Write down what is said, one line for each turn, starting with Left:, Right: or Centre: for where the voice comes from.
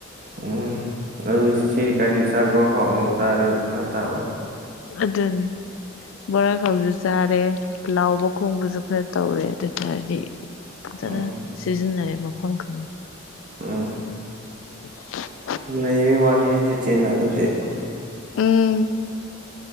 Right: ꯎꯝ ꯑ ꯀꯥꯏꯅꯤ ꯆꯥꯛ ꯕꯣꯔꯥ ꯈꯣꯡꯝ ꯆꯥꯔꯅꯤ ꯐ ꯇꯥꯕ
Left: ꯑꯗꯨꯅꯤ ꯕꯣꯔꯥ ꯈꯥꯎꯁꯨ ꯆꯥꯔꯦ ꯂꯥꯎꯕ ꯈꯣꯡꯕꯁꯨ ꯈꯔ ꯇꯧꯔꯦ ꯑꯗꯨ ꯇꯔꯗꯤ ꯖꯅ
Right: ꯎꯝ
Left: ꯁꯤꯖꯟꯔꯦ ꯃꯐꯝ ꯈꯪ
Right: ꯑꯥ
Left: <unintelligible>
Right: ꯂꯩꯕ ꯋꯥꯅꯤꯁ ꯆꯦꯟꯅ ꯑꯗꯨꯗꯤꯦ
Left: ꯎꯝ